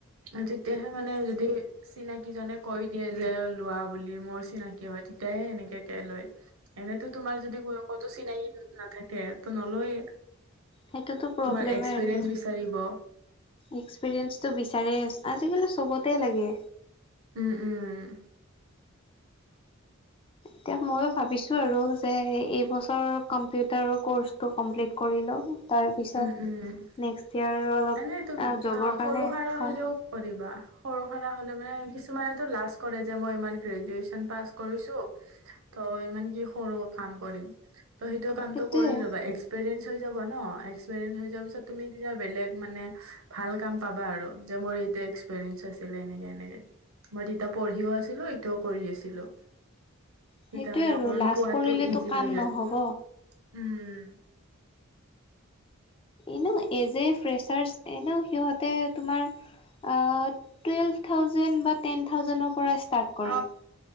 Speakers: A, on the right; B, on the left.
A: অ, তেতিয়াহে মানে যদি চিনাকি জনে কৈ দিয়ে যে লোৱা বুলি মোৰ চিনাক কি হয় তেতিয়াহে সেনেকেকে লয়। এনেতো তোমাৰ যদি ক-কতো চিনাকি নাথাকে তো নলয়ে।
B: সেইটোতো প্ৰব্লেমে
A: তোমাৰ এক্সপিৰিয়েঞ্চ
B: আৰু
A: বিচাৰিব।
B: এক্সপিৰিয়েঞ্চটো বিচাৰে আজিকালি চবতে লাগে।
A: উম -উম
B: এতিয়া ময়ো ভাবিছোঁ আৰু যে এইবছৰ কম্পিউটাৰৰ ক'ৰ্চটো কমপ্লিট কৰি লওঁ তাৰপিছত
A: উম উম
B: নেক্সট ইয়াৰ আৰু অলপ
A: এনে তুম
B: জবৰ
A: অ
B: কাৰণে
A: সৰু সাৰা
B: চাম।
A: হলেও কৰিবা সৰু সৰা হ'লে মানে কিছুমানেতো লাজ কৰেযে মই ইমান গ্ৰেজুৱেশ্যন পাছ কৰিছোঁ ত' ইমান কি সৰু কাম কৰিম। ত সেইটো কামটো
B: সেইটোৱে।
A: কৰি ল'বা, এক্সপিৰিয়েঞ্চ হৈ যাব ন? এক্সপেৰিয়েন্স হৈ যোৱা পিছত তুমি তেতিয়া বেলেগ মানে ভাল কাম পাবা আৰু মোৰ এটো এক্স এক্সপেৰিয়েন্স আছিল এনে এনেকে। মই তেতিয়া পঢ়িও আছিলোঁ, ইটোও কৰি আছিলোঁ।
B: সেইটোৱে
A: তেতিয়া মানে
B: আৰু
A: অকমান
B: লাজ
A: পোৱাতো
B: কৰিলেতো
A: ইজি
B: কাম
A: হৈ যায়।
B: নহ'ব।
A: উম, উম।
B: এনেও এজি এ ফ্ৰেচাৰছ এনেও সিহঁত তে তোমাৰ অ, টোৱেলভ থাউজেণ্ড বা টেন থাউজেণ্ড পৰা ই ষ্টাৰ্ট
A: অ', অ', উম,
B: কৰে।